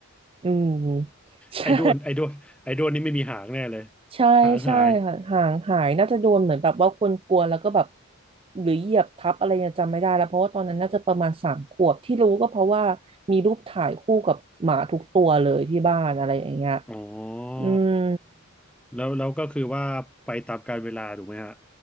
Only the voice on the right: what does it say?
อืม <laughs> ใช่
ใช่ใช่ค่ะห่างหายน่าจะโดนเหมือนแบบว่าคนกลัวแล้วก็แบบ
หรือเหยียบทับอะไรเนี่ยจำไม่ได้แล้วเพราะว่าตอนนั้นน่าจะประมาณสามขวบที่รู้ก็เพราะว่ามีรูปถ่ายคู่กับหมาทุกตัวเลยที่บ้านอะไรอย่างเงี้ย
อืม